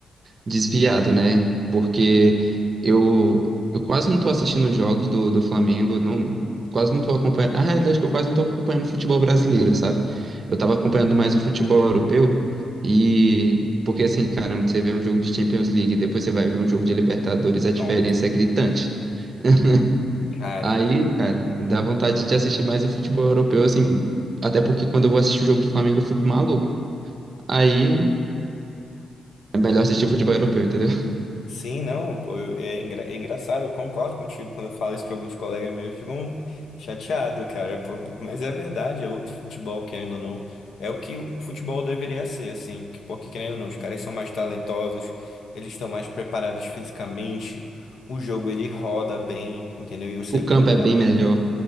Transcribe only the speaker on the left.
Nossa,
cara.
Uhum.
Sim, não, pô, eu- é, engra- é engraçado, eu concordo contigo. Quando eu falo isso para alguns colegas meus, ficam chateados, cara. pô. mas é verdade, é outro futebol, querendo ou não. É o que o futebol deveria ser, assim, que- porque querendo ou não, os caras são mais talentosos, eles estão mais preparados fisicamente, o jogo ele roda bem, entendeu? E você
vê
o talento